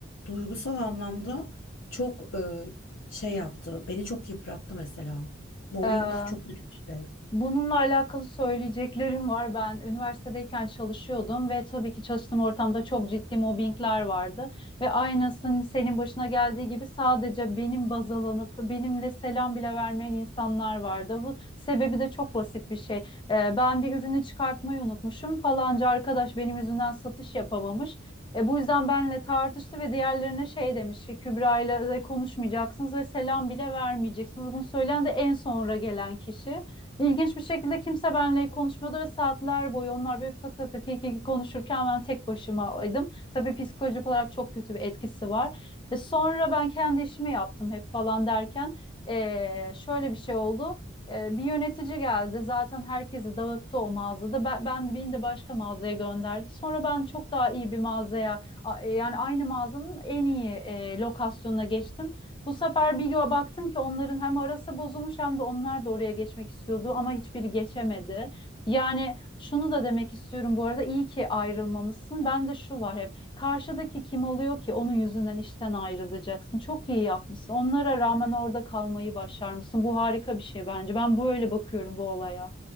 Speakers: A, on the left; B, on the left.
A: duygusal anlamda çok e, şey yaptı. Beni çok yıprattı mesela. Mobbing
B: Ee,
A: çok kötü bir şey.
B: Bununla alakalı söyleyeceklerim var. Ben üniversitedeyken çalışıyordum ve tabii ki çalıştığım ortamda çok ciddi mobbingler vardı. Ve aynısının senin başına geldiği gibi sadece benim baz alınıp benimle selam bile vermeyen insanlar vardı. Bu sebebi de çok basit bir şey. Ee, ben bir ürünü çıkartmayı unutmuşum. Falanca arkadaş benim yüzümden satış yapamamış. E, bu yüzden benle tartıştı ve diğerlerine şey demiş, Kübra ile e, konuşmayacaksınız ve selam bile vermeyeceksiniz. Bunu söyleyen de en sonra gelen kişi. İlginç bir şekilde kimse benimle konuşmuyordu ve saatler boyu onlar böyle kak kak kak kik konuşurken ben tek başımaydım. Tabii psikolojik olarak çok kötü bir etkisi var. E sonra ben kendi işimi yaptım hep falan derken e, şöyle bir şey oldu. E, bir yönetici geldi zaten herkesi dağıttı o mağazada. Ben, ben beni de başka mağazaya gönderdi. Sonra ben çok daha iyi bir mağazaya a- e, yani aynı mağazanın en iyi e, lokasyonuna geçtim. Bu sefer bir yo- baktım ki onların hem arası bozulmuş hem de onlar da oraya geçmek istiyordu ama hiçbiri geçemedi. Yani şunu da demek istiyorum bu arada iyi ki ayrılmamışsın. Ben de şu var hep karşıdaki kim oluyor ki onun yüzünden işten ayrılacaksın. Çok iyi yapmışsın. Onlara rağmen orada kalmayı başarmışsın. Bu harika bir şey bence. Ben böyle bakıyorum bu olaya.